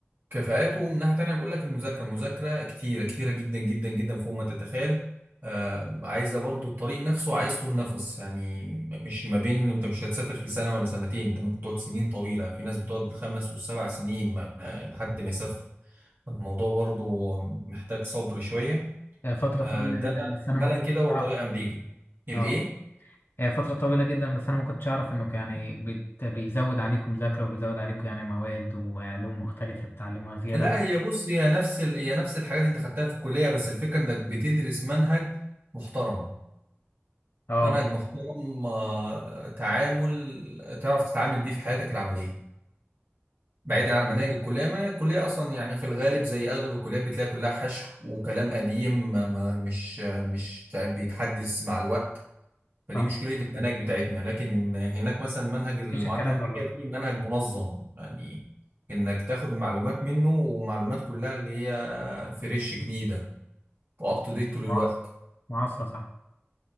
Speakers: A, on the right; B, on the left.
A: كفاءات ومن ناحية تانية بقول لك المذاكرة المذاكرة كتيرة كتيرة جدا جدا جدا فوق ما تتخيل آه عايزة برضو الطريق نفسه عايز طول نفس يعني مش ما بين انت مش هتسافر في سنة ولا سنتين انت ممكن تقعد سنين طويلة في ناس بتقعد بالخمس والسبع سنين ما لحد ما يسافر الموضوع برضو محتاج صبر شوية
B: آه، فترة
A: آه،
B: طويلة
A: ده
B: جدا بس أنا
A: عملا
B: ما كنتش
A: كده هو
B: أعرف
A: طريق أمريكي الإيه؟
B: أه هي فترة طويلة جدا بس أنا ما كنتش أعرف إنه يعني بت... بيزود عليكم مذاكرة وبيزود عليكم يعني مواد وعلوم مختلفة تتعلموها زيادة
A: لا هي بص هي نفس ال... هي نفس الحاجات أنت خدتها في الكلية بس الفكرة إنك بتدرس منهج محترم
B: أه
A: منهج محترم آه، تعامل تعرف تتعامل بيه في حياتك العملية بعيدا
B: جميل.
A: عن مناهج الكلية مناهج الكلية أصلا يعني في الغالب زي أغلب الكليات بتلاقي كلها حشو وكلام قديم ما ما- مش مش بيتحدث مع الوقت فدي
B: صح
A: مشكلة المناهج بتاعتنا لكن هناك مثلا منهج المعادلة
B: مفيش الكلام
A: الأمريكية
B: ده بره
A: دي منهج منظم يعني إنك تاخد المعلومات منه ومعلومات كلها اللي هي فريش جديدة وأب تو ديت طول الوقت
B: معاصر معاصرة صح